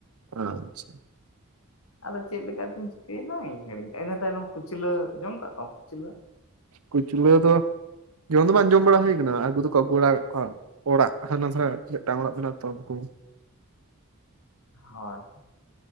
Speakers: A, on the right (about 80°); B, on the left (about 65°).
A: ᱟ ᱟᱪᱪᱷᱟ ᱾
B: ᱟᱫᱚ ᱪᱮᱫ ᱞᱮᱠᱟᱛᱤᱧ ᱪᱤᱠᱟᱹᱭᱱᱟ ᱤᱧ ᱦᱤᱲᱤᱧ ᱠᱮ ᱟ ᱤᱱᱟᱹ ᱛᱟᱭᱱᱚᱢ ᱠᱩᱪᱞᱟᱹ ᱡᱚᱢ ᱠᱟᱜ ᱠᱚᱣᱟᱢ ᱠᱩᱪᱞᱟᱹ᱾
A: ᱠᱩᱪᱞᱟᱹ ᱫᱚ ᱡᱚᱢ ᱫᱚ ᱵᱟᱝ ᱡᱚᱢ ᱵᱟᱲᱟ ᱦᱩᱭ ᱠᱟᱱᱟ ᱟᱜᱩ ᱫᱚ ᱠᱚ ᱟᱜᱩ ᱵᱟᱲᱟ ᱟᱠᱟᱫᱟ ᱠᱚᱣᱟ ᱾ ᱚᱲᱟ ᱦᱟᱱᱟ ᱥᱟᱜ ᱢᱤᱫᱴᱟᱝ ᱚᱲᱟᱜ ᱢᱮᱱᱟᱜ ᱟᱜ ᱛᱚ ᱾
B: ᱦᱳᱭ